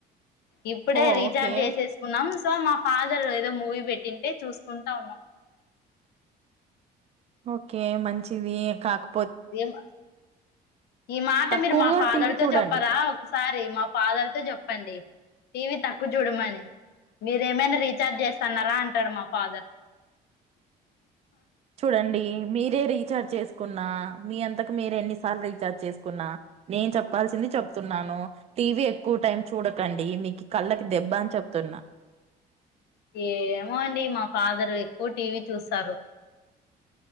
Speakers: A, on the left; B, on the right.
A: ఇప్పుడే
B: ఓ
A: రీచార్జ్
B: ఓకే
A: చేసేసుకున్నాం సో మా ఫాదర్ ఏదో మూవీ పెట్టింటే చూసుకుంటా ఉన్నాం
B: ఓకే మంచిది కాక్
A: ఏమ ఈ మాట
B: తక్కువగా
A: మీరు మా ఫాదర్
B: టీవీ
A: తో
B: చూడండి
A: చెప్పారా ఒక సారి మా ఫాదర్ తో చెప్పండి టీవీ తక్కువ చూడమని మీరేమనా రీఛార్జ్ చేస్తన్నారా అంటాడు మా ఫాదర్
B: చూడండి మీరే రీచార్జ్ చేసుకున్న మీ అంతకు మీరు ఎన్నిసార్లు రీఛార్జ్ చేసుకున్న నేను చెప్పాల్సింది చెప్తున్నాను టీవీ ఎక్కువ టైం చూడకండి మీకి కళ్ళకి దెబ్బ అని చెప్ ప్తున్నా
A: ఏమో అండి మా ఫాదర్ ఎక్కువ టీవీ చూస్తారు